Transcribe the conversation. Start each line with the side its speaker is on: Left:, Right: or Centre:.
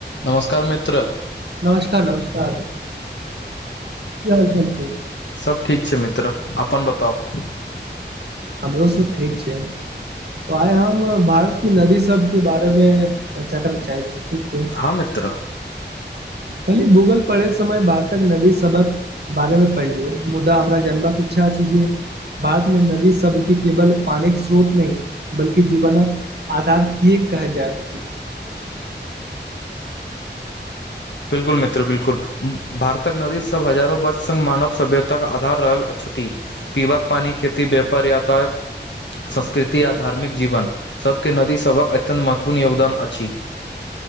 Left: नमस्कार मित्र
Right: नमस्कार नमस्कार क हाल चाल छै
Left: सब ठीक छै मित्र अपन बताउ
Right: हमरो सब ठीक छै तो आइ हम भारत की नदी सब के बारे मे चर्चा करे चाहे छी ठीक छै
Left: हँ म मिित्र
Right: कली भूगल पढ़े समय भारतक नदी सबक बारेमे पहिलियो मुदा हमरा जानबाक इच्छा अछि जे भारत मे नदी सबके केवल पानिक के स्रोत न बल्कि जीवनक आधार किए कहल जाइत अछि
Left: बिलकुल मित्र बिलकुल भारतक नदी सब हजारो वर्ष स्ग मानव सभ्यताक आधार रहल अछि पीबाक पानी खेती व्यापार याताया संस्कृति आ धार्मिक जीवन सभके नदीसभक अत्यन्त महत्वपूर्ण योगदान अछि